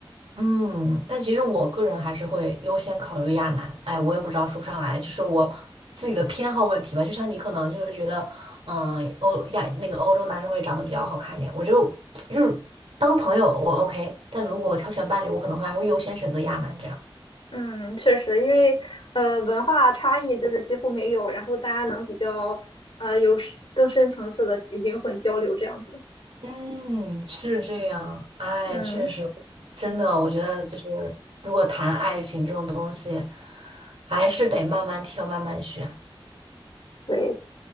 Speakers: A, on the right; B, on the left.
A: 嗯，但其实我个人还是会优先考虑亚男。哎，我也不知道说不上来，就是我自己的偏好问题吧。就像你可能就是觉得，嗯，欧亚那个欧洲男生会长得比较好看一点，我就 <tsk> 就是当朋友我 OK，但如果我挑选伴侣，我可能会还会优先选择亚男这样。
B: 嗯，确实，因为呃文化差异就是几乎没有，然后大家能比较呃有更深层次的灵魂交流这样子。
A: 嗯，是这样。哎，
B: 嗯，
A: 确实，真的，我觉得就是，如果谈爱情这种东西，还是得慢慢挑，慢慢选。
B: 对。